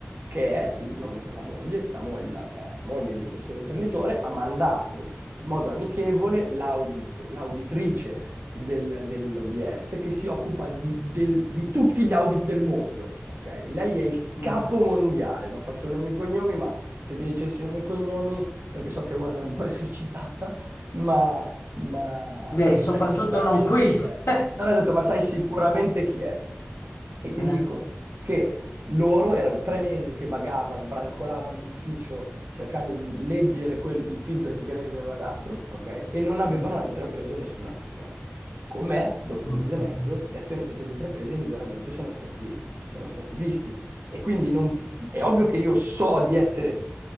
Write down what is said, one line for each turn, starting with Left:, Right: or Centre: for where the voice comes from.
Right: che è l- non la moglie, la, mo- la- la moglie di questo imprenditore ha mandato in modo amichevole l'audit- l'auditrice del, dell'UBS che si occupa di, del- di tutti gli audit del mondo. ok? Lei è il
Left: Mm.
Right: capo mondiale, non faccio nomi e cognomi, ma se ti dicessi nomi e cognomi, perché so che è una che non vuole essere citata, ma, ma
Left: Beh,
Right: sa-
Left: soprattutto
Right: sai sicuramente
Left: non qui.
Right: chi
Left: <laughs>
Right: è. Non esatto, ma sai sicuramente chi è. E ti
Left: Eh.
Right: dico che loro erano tre mesi che vagava, brancolavano in ufficio cercando di leggere quel- il feedback che lei gli aveva dato, ok? E non avevano
Left: Mm.
Right: intrapreso nessuna azione. Con me, dopo
Left: Mm,
Right: un
Left: mm.
Right: mese e mezzo,
Left: mm.
Right: le azioni sono state intraprese e i miglioramenti sono stati, sono stati visti. E quindi non- è ovvio che io so di essere